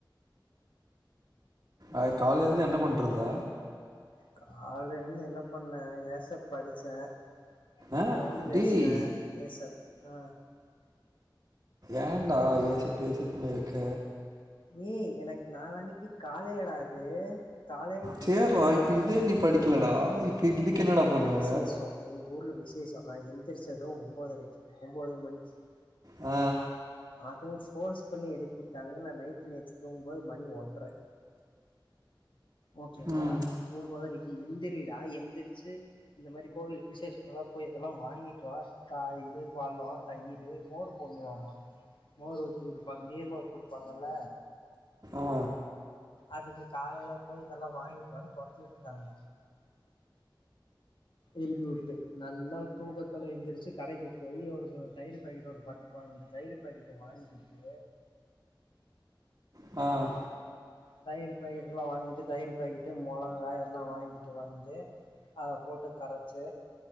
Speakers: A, on the right; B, on the left.
A: அய் காலேலலந்து என்ன பணட்ருந்த
B: காலந்து என்ன பண்ணே ஏசப் படிச்சேன்
A: ஆ
B: ஃபோன் பேசுவே
A: டேய்
B: ஏசப் அ
A: ஏடா ஏசப் ஏசப்ன்னு இருக்க
B: ஏய் எனக்கு நாளன்னைக்கு காலைல டா அது காலைல
A: சேர்றா
B: என்ன தெரியுமா
A: இப்ப இதே நீ படிக்கலடா
B: இரு
A: இப்ப இதுக்கு
B: எங்க
A: என்னடா
B: ஊர்ல
A: பண்ணுவ
B: விசேஷொம் எங்க ஊர்ல விசேஷ் நா நா எந்திரச்சது ஒன்பதரைக்கு ஒன்பது மணிக்கு
A: அ
B: அதுவும் ஃபோர்ஸ் பண்ணி எழுப்பி வுட்டாங்க நா நைட்டு நேற்று தூங்கும்போது மணி ஒன்ற ஓகே வா
A: ம்
B: போம் போத ரீ எந்திரிடா எந்திரிச்சு இந்த மாரி கோவில் விசேஷம் எல்லாம் போய் இதெல்லாம் வாங்கிட்டு வா காலேல இத் பழொ தயிரு மோர் பொண்ணுவாம மோர் ஊத்தி குடுப்பாங்க நீர்மோர் குடுப்பாங்கல்ல
A: ஆ
B: அதுக்கு காலையில போய் இதெல்லா வாங்கிட்டு வானு துரத்தி விட்டுட்டாங்க எழுப்பி விட்டு நல்லா தூக்கத்துல எழுந்திரிச்சு கடைக்கு போய் ஒரு தயிர் பேக்கெட்டு ஒரு பத்து பான தயிர் பேக்கெட்ட வாங்கிட்டு
A: ஆ
B: தயிர் பேக்கெட் எல்லா வாங்கிட்டு தயிர் பேக்கெட்டு முளகா எல்லாம் வாங்கிட்டு வந்து அத போட்டு கரைச்சு